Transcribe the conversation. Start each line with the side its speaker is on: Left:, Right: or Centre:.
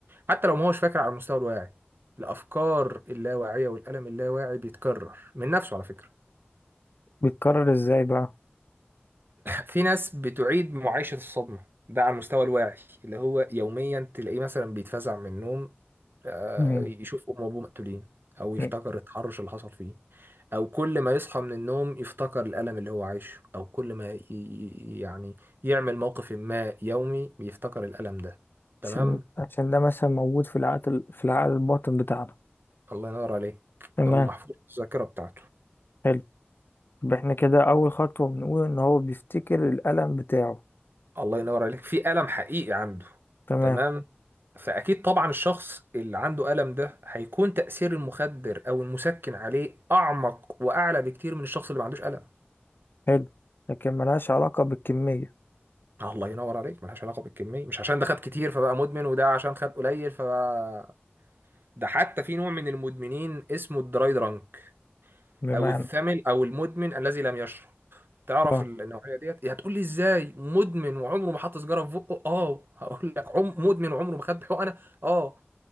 Right: حتى لو ما هوش فاكر على المستوى الواعي الافكار اللاواعيه والالم اللاواعي بيتكرر من نفسه على فكره
Left: بيتكرر ازاي بقى
Right: في ناس بتعيد معايشة الصدمة ده على المستوى الواعي اللي هو يوميا تلاقيه مثلا بيتفزع من النوم آه،
Left: مم.
Right: يشوف أمه وأبوه مقتولين أو يفتكر
Left: إيه؟
Right: التحرش اللي حصل فيه أو كل ما يصحى من النوم يفتكر الألم اللي هو عايشه أو كل ما ي- ي- يعني يعمل موقف ما يومي بيفتكر الألم ده تمام
Left: عشان عشان ده مثلا موجود في العقل في العقل الباطن بتاعنا
Right: الله ينور عليك
Left: تمام
Right: أو محفور في الذاكرة بتاعته
Left: حلو يبقى احنا كده أول خطوة بنقول إن هو بيفتكر الألم بتاعه
Right: الله ينور عليك في ألم حقيقي عنده
Left: تمام
Right: تمام فأكيد طبعا الشخص اللي عنده ألم ده هيكون تأثير المخدر أو المسكن عليه أعمق وأعلى بكتير من الشخص اللي ما عندوش ألم
Left: حلو لكن ملهاش علاقة بالكمية
Right: الله ينور عليك ملهاش علاقة بالكمية مش عشان ده خد كتير فبقى مدمن وده عشان خد قليل فبقى ده حتى في نوع من المدمنين اسمه الدراي درانك
Left: بمعنى
Right: أو الثمل أو المدمن الذي لم يشرب تعرف
Left: اه
Right: النوعية ديت هتقول لي ازاي مدمن وعمره ما حط سيجارة في بقه اه هقول لك عم مدمن وعمره ما خد حقنة اه